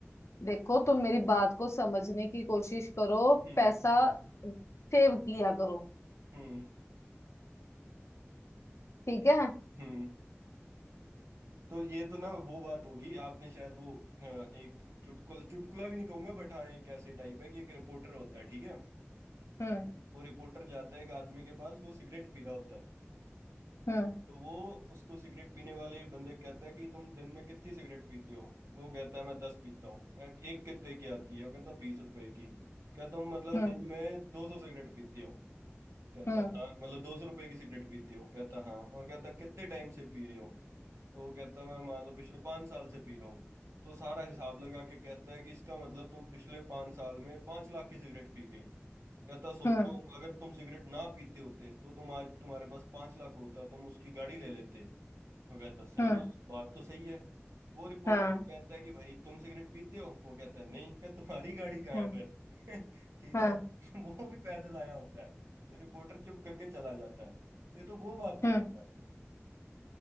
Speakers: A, on the left; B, on the right.
A: देखो तुम मेरी बात को समझने की कोशिश करो
B: हम्म
A: पैसा
B: समझाओ
A: सेव किया करो
B: हम्म
A: ठीक है
B: हम्म तो ये तो ना वो बात होगी आपने शायद वो अ, एक चुटकुला चुटकुला भी नहीं कहूंगा बट हाँ एक ऐसे टाइप है कि एक रिपोर्टर होता है ठीक है
A: हम्म
B: वो रिपोर्टर जाता है एक आदमी के पास वो सिगरेट पी रहा होता है
A: हम्म
B: तो वो उसको सिगरेट पीने वाले बंदे कहता है कि तुम दिन में कितनी सिगरेट पीते हो वो कहता है मैं दस पीता हूँ कहा, एक कितने की आती है वो कहता बीस रुपए की क्या तुम मतलब
A: हम्म
B: दिन में दो सौ सिगरेट पीते हो कहता
A: हम्म
B: हाँ मतलब दो सौ रुपए की सिगरेट पीते हो कहता हाँ और कहता कितने टाइम से पी रहे हो तो वो कहता है मैं मान लो पिछले पाँच साल से पी रहा हूँ तो सारा हिसाब लगा के कहता है कि इसका मतलब तुम पिछले पाँच साल में पाँच लाख की सिगरेट पी गए कहता सोचो
A: हम्म
B: अगर तुम सिगरेट ना पीते होते तो तुम आज तुम्हारे पास पाँच लाख होता तुम उसकी गाड़ी ले लेते वो कहता सही
A: हम्म
B: है बात तो सही है वो रिपोर्टर
A: हाँ
B: को कहता है कि भाई तुम सिगरेट पीते हो वो कहता है नहीं क्या तुम्हारी गाड़ी कहाँ
A: हाँ
B: है फिर <laughs> ठीक
A: हाँ
B: है <laughs> वो भी पैदल आया होता है तो रिपोर्टर चुप करके चला जाता है तो ये तो वो बात होगी
A: हाँ
B: यार